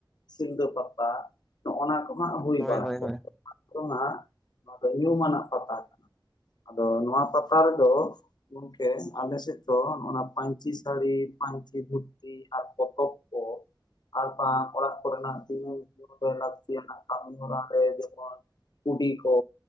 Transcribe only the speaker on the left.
ᱥᱤᱞᱫᱟᱹ ᱯᱟᱛᱟ ᱱᱚᱜᱱᱟ ᱠᱚᱦᱟᱸᱜ ᱦᱩᱭ
ᱵᱟᱲᱟᱜ
ᱜᱮᱭᱟ
᱾ ᱟᱫᱚᱱᱟ ᱱᱚᱣᱟ ᱫᱚ ᱦᱤᱭᱩᱢᱟᱱᱟ ᱯᱟᱛᱟ ᱠᱟᱱᱟ ᱾ ᱟᱫᱚ ᱱᱚᱣᱟ ᱯᱟᱛᱟ ᱨᱮᱫᱚ ᱜᱚᱝᱠᱮ ᱟᱞᱮ ᱥᱮᱫ ᱫᱚ ᱚᱱᱟ ᱯᱟᱹᱧᱪᱤ ᱥᱟᱹᱲᱤ ᱯᱟᱧᱪᱤ ᱫᱷᱩᱛᱤ ᱟᱨ ᱯᱚᱛᱚᱵ ᱠᱚ ᱟᱨ ᱵᱟᱝ ᱚᱲᱟᱜ ᱠᱚᱨᱮᱱᱟᱜ ᱫᱤᱱᱟᱹᱢ ᱞᱟᱹᱠᱛᱤᱭᱟᱱᱟᱜ ᱠᱟᱹᱢᱤ ᱦᱚᱨᱟ ᱨᱮ ᱡᱮᱢᱚᱱ ᱠᱩᱰᱤ ᱠᱚ